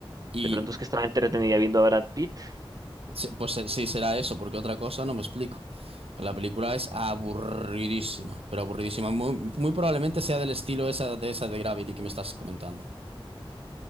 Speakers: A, on the right (about 85°); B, on the right (about 40°).
A: Y
B: De pronto es que estaba entretenida viendo a Brad Pitt.
A: se- pues se- sí, será eso, porque otra cosa no me explico. La película es aburridísima, pero aburridísima. Muy, muy probablemente sea del estilo esa, de esa de Gravity que me estás comentando.